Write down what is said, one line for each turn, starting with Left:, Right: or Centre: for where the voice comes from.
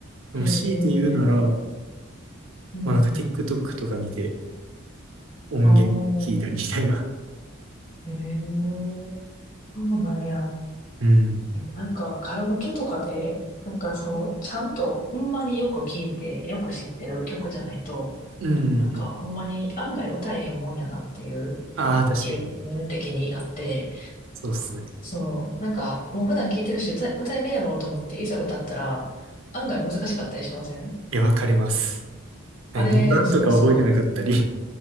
Right: でも強いて言うなら、
Left: へえ、うんう
Right: まあ、なんか TikTok とか見て、音源聞いたりみたいな。
Left: ん。ああ、へえ、そうなんや。
Right: うん。
Left: え、なんかカラオケとかで、なんかその、ちゃんとほんまによく聞いて、よく知ってる曲じゃないと、
Right: うん、うんうん。
Left: なんかほんまに案外歌えへんもんやなっていう、
Right: ああ、
Left: なんか経験的にあって、
Right: 確かに。そうっすね。
Left: そう、なんかもう普段聞いてるし、歌歌えるやろうと思って、いざ歌ったら、案外難しかったりしません
Right: いや、わかります。
Left: あれ、
Right: 2番とか覚えてなかったり。
Left: そうそう。
Right: <laughs> い